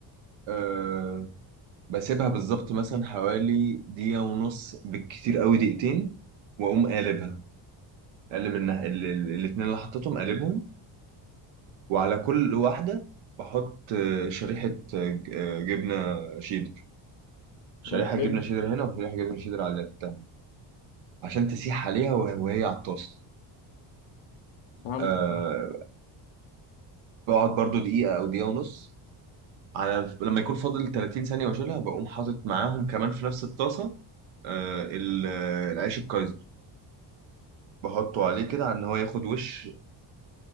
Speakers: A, on the right; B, on the left.
A: أه بسيبها بالظبط مثلا حوالي دقيقة ونص بالكتير قوي دقيقتين واقوم قالبها قالب النح- ال- ال- الاتنين اللي حطيتهم قالبهم وعلى كل واحدة بحط آه، شريحة آه، ج- آه، جبنة شيدر شريحة
B: أمم، حلو
A: جبنة شيدر هنا وشريحة جبنة شيدر على التاني عشان تسيح عليها وه- وهي على الطاسة
B: فهمتك
A: أه
B: اه
A: بقعد برضو دقيقة أو دقيقة ونص على لما يكون فاضل 30 ثانية واشيلها بقوم حاطط معاهم كمان في نفس الطاسة آه، ال- آه، العيش الكايزر بحطه عليه كده على ان هو ياخد وش